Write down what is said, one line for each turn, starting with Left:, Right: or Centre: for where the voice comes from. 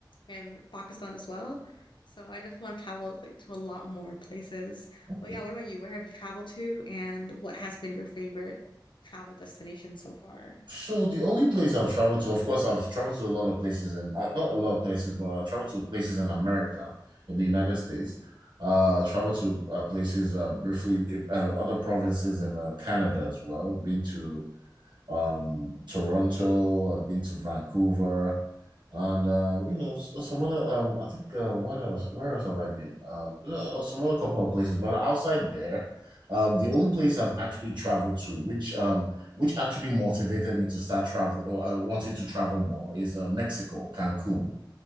Left: and Pakistan as well. So I definitely want to travel like to a lot more places.
Right: Okay.
Left: But yeah, what about you? Where have you traveled to and what has been your favorite travel destination so far?
Right: So the only place I've traveled to, of course, I've traveled to a lot of places and uh, not a lot of places, but I traveled to places in America, in the United States. Uh, traveled to uh, places uh, briefly, uh, other provinces in uh, Canada as well. Been to um, Toronto. I've been to Vancouver, and um, you know s- some other. Um, I think uh, what else? Where else have I been? Um, uh, some other couple of places, but outside there, um, the only place I've actually traveled to, which um, which actually motivated me to start travel, uh, wanting to travel more, is uh, Mexico, Cancun.